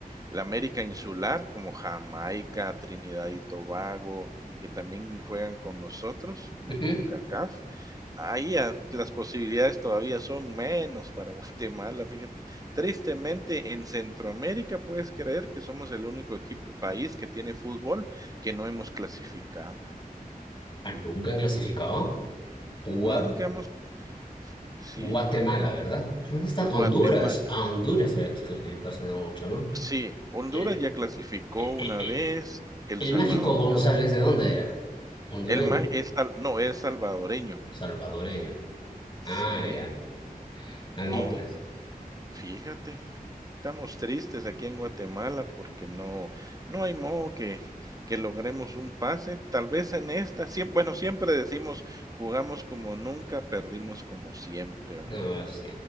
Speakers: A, on the right; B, on the left.
A: la América insular, como Jamaica, Trinidad y Tobago, que también juegan con nosotros en
B: Ujú.
A: la CONCACAF. Ahí a- las posibilidades todavía son menos para <laughs> Guatemala, fíjate. Tristemente, en Centroamérica puedes creer que somos el único equipo, país que tiene fútbol que no hemos clasificado.
B: Ah, ¿Nunca han clasificado? Gua-
A: Nunca hemos, sí,
B: Guatemala, ¿verdad? ¿Dónde están?
A: Guatemala,
B: Honduras. A Honduras se clasificó hace no mucho, ¿no?
A: sí, Honduras
B: El,
A: ya clasificó
B: eh,
A: una
B: eh, eh,
A: vez, El
B: el
A: Salvador
B: mágico González,
A: también.
B: ¿de dónde era? Hondureño,
A: El más es sal- no, es salvadoreño.
B: salvadoreño. Ah,
A: Sí,
B: ya. Ah, no,
A: y
B: pues.
A: fíjate, estamos tristes aquí en Guatemala porque no, no hay modo que, que logremos un pase. Tal vez en esta, siem- bueno, siempre decimos, jugamos como nunca, perdimos como siempre, ¿va?
B: No, sí.